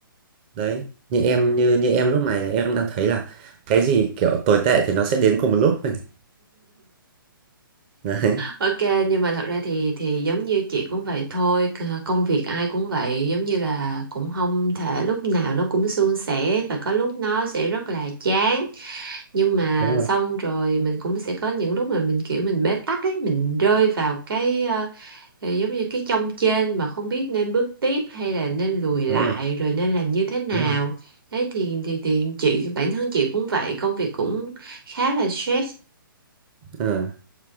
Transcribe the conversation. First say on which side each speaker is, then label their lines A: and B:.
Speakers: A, on the right (about 25°); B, on the right (about 75°).
A: đấy. Như em như như em lúc này là em đang thấy là cái gì kiểu tồi tệ thì nó sẽ đến cùng một lúc rồi này. <laughs> Đấy,
B: Ok, nhưng mà thật ra thì thì giống như chị cũng vậy thôi, c- công việc ai cũng vậy, giống như là cũng không thể lúc nào nó cũng suôn sẻ và có lúc nó sẽ rất là chán, nhưng mà
A: đúng rồi,
B: xong rồi mình cũng sẽ có những lúc mà mình kiểu mình bế tắc ấy, mình rơi vào cái ờ, ờ, giống như cái chông chênh mà không biết nên bước tiếp hay là nên lùi lại
A: đúng rồi,
B: rồi nên làm như thế nào.
A: đúng rồi.
B: Đấy thì thì thì chị bản thân chị cũng vậy, công việc cũng khá là stress.
A: Ờ.